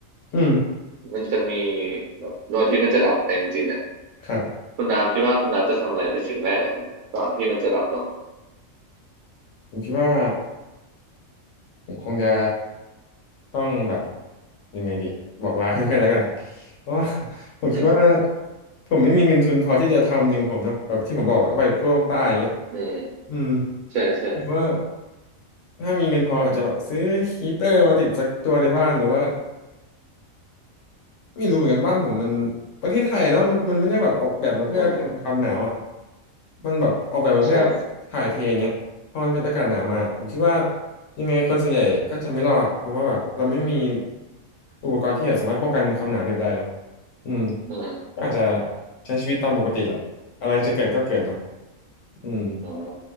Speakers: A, on the left; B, on the right.
A: อืม
B: มันจะมีแบบดวงอาทิตย์มันจะดับไปจริงๆเนี่ย
A: ครับ
B: คุณดาวคิดว่าคุณดาวจะทำอะไรเป็นสิ่งแรกเหรอครับก่อนที่มันจะดับลง
A: ผมคิดว่าผมคงจะต้องแบบยังไงดีบอกลาเพื่อนๆแล้วกันเพราะว่า <laughs> ผมคิดว่า
B: อืม
A: ผมไม่มีเงินทุนพอที่จะทำอย่างผมเนอะแบบที่ผมบอกว่าไปโคกใต้อย่างเงี้ย
B: อืม
A: อืม
B: ใช่ใช่
A: หรือว่าถ้ามีเงินพออาจจะแบบซื้อฮีเตอร์มาติดสักตัวในบ้านหรือว่า ไม่รู้เหมือนกันบ้านผมมันประเทศไทยเนาะมันมันไม่ได้แบบออกแบบมาเพื่อกันความหนาวอ่ะ
B: อืม
A: มันแบบออกแบบมาเพื่อ
B: ใช่
A: ถ่ายเทอย่างเงี้ยพอมันเป็นอากาศหนาวมาผมคิดว่ายังไงคนส่วนใหญ่ก็จะไม่รอดเพราะว่าแบบเราไม่มีอุปกรณ์ที่แบบสามารถป้องกันความหนาวเหน็บได้เนาะอืม
B: อืม
A: ก็อาจจะใช้ชีวิตตามปกติแหละอะไรจะเกิดก็เกิดเนาะอืม
B: อ๋อ